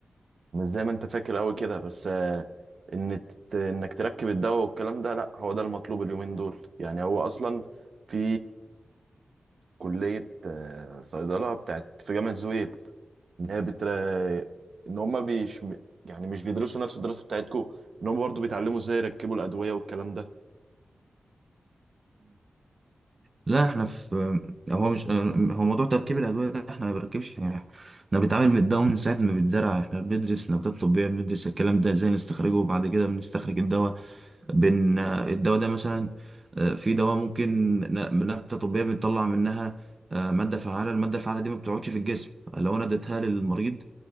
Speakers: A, on the right; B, on the right.
A: مش زي ما انت فاكر قوي كده بس آه، ان ت- انك تركب الدواء والكلام ده لا هو ده المطلوب اليومين دول يعني هو اصلا في كلية آه، صيدلة بتاعت في جامعة زويل ان هي بتر... ان هما بيش يعني مش بيدرسوا نفس الدراسة بتاعتكم ان هما برضو بيتعلموا ازاي يركبوا الأدوية والكلام ده
B: لا احنا في هو مش هو موضوع تركيب الادويه ده احنا ما بنركبش يعني احنا بنتعامل من الدواء من ساعه ما بيتزرع احنا بندرس نباتات طبيه بندرس الكلام ده ازاي نستخرجه وبعد كده بنستخرج الدواء بن الدواء ده مثلا آه، في دواء ممكن ن- نبته طبيه بنطلع منها آه، ماده فعاله الماده الفعاله دي ما بتقعدش في الجسم لو انا اديتها للمريض